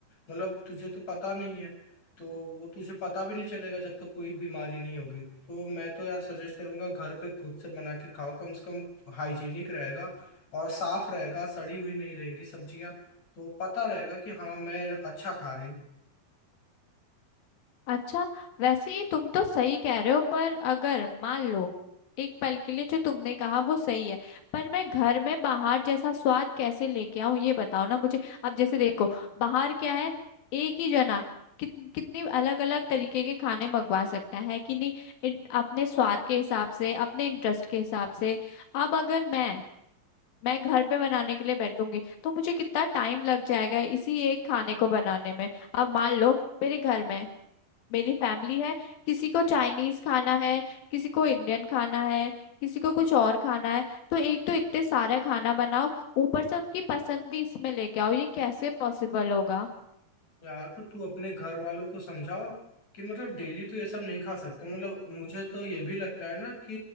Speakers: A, on the left; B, on the left.
A: मतलब तुझे तो पता नहीं है तो वो तुझे पता भी नहीं चलेगा जब तक कोई बीमारी नहीं होगी तो मैं तो यार सजेस्ट करूंगा घर पे खुद से बना के खाओ कम से कम हाइजीनिक रहेगा और साफ रहेगा सड़ी हुई नहीं रहेंगी सब्जियां तो पता रहेगा कि हाँ मैं अच्छा खा रही हूँ
B: अच्छा वैसे ही तुम तो सही कह रहे हो पर अगर मान लो एक पल के लिए जो तुमने कहा वो सही है पर मैं घर में बाहर जैसा स्वाद कैसे लेके आऊं ये बताओ ना मुझे अब जैसे देखो बाहर क्या है एक ही जना कित, कितनी अलग अलग तरीके के खाने मंगवा सकता है कि नहीं इन, अपने स्वाद के हिसाब से अपने इंटरेस्ट के हिसाब से अब अगर मैं मैं घर पे बनाने के लिए बैठूंगी तो मुझे कितना टाइम लग जाएगा इसी एक खाने को बनाने में अब मान लो मेरे घर में मेरी फैमिली है किसी को चाइनीज खाना है किसी को इंडियन खाना है किसी को कुछ और खाना है तो एक तो इतने सारा खाना बनाओ ऊपर से उनकी पसंद भी इसमें लेके आओ ये कैसे पॉसिबल होगा
A: यार तो तू अपने घर वालों को समझाओ कि मतलब डेली तो ये सब नहीं खा सकते मतलब मुझे तो ये भी लगता है ना कि